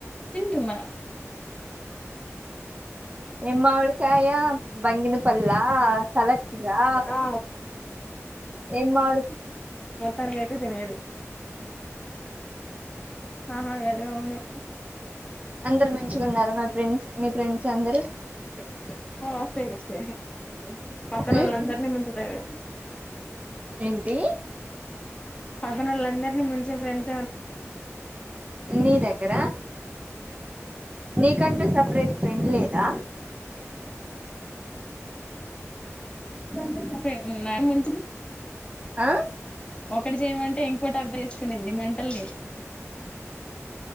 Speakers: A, on the left; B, on the right.
A: తింటున్నా
B: ఏమ్మావడికాయ బంగినపల్ కలెక్ట్రా
A: ఆ
B: ఏమ్మావడికా
A: తనగైతే తినేది ఆ అవును
B: అందరు మంచిగా ఉన్నారా మా ఫ్రెండ్స్ మీ ఫ్రెండ్స్ అందరు
A: <unintelligible> పక్కనోళ్ళు
B: ఉమ్,
A: అందరని ముంచుతారు
B: ఏంటి
A: పదనాోళ్ళ అందరినీ ముంచే ఫ్రెండ్స్
B: నీ దగ్గర నీకంటూ సపరేట్ ఫ్రెండ్ లేదా
A: <unintelligible> ముంచి
B: ఆ
A: ఒకటి చేయమంటే ఇంకోటి అర్థ చేసుకునేది మే టల్ ది